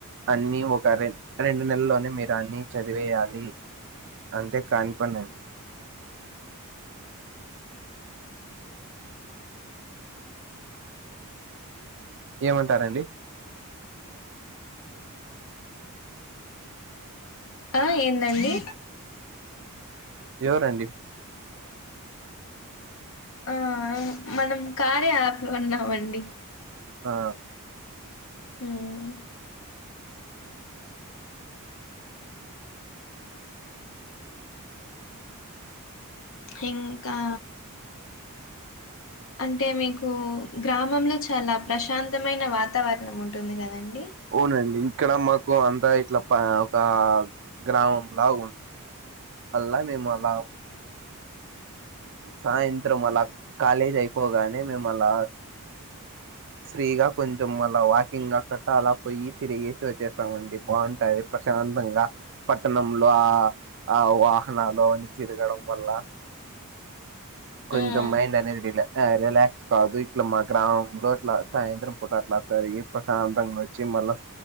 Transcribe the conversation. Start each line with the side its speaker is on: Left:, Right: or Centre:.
Right: అన్ని ఒక రె రెండు నెలల్లోనే మీరు అన్ని చదివేయాలి అంటే కానిపనండి. ఏమంటారండి
Left: ఆ ఏందండి
Right: ఎవరండీ
Left: ఆ! మనం కార్య యాప్ లో ఉన్నామండి
Right: ఆ
Left: హ్మ్. ఇంకా అంటే మీకు గ్రామంలో చాలా ప్రశాంతమైన వాతావరణం ఉంటుంది కదండి
Right: ఊ నండి ఇక్కడ మాకు అంతా ఇట్లా ఒక గ్రామంలా ఉ అలా మేము అలా సాయంత్రం అలా కాలేజ్ అయిపోగానే మేము అలా ఫ్రీగా కొంచెం మళ్ళ వాకింగ్ గా అాలా పోయి తిరిగేసి వచ్చేస్తామండి బాగుంటాది ప్రశాంతంగా పట్టణంలో ఆ ఆ వాహనాలు అన్న తిరగడం వల్ల కొంచం
Left: హ్మ్.
Right: మైండ్ అనేది రీలా ఆ రిలాక్స్ కాదు ఇట్లా మా గ్రామంలో ఇట్లా సాయంత్రం పూట అట్లా తరిగి ప్రశాంతంగా వచ్చి మళ్ళా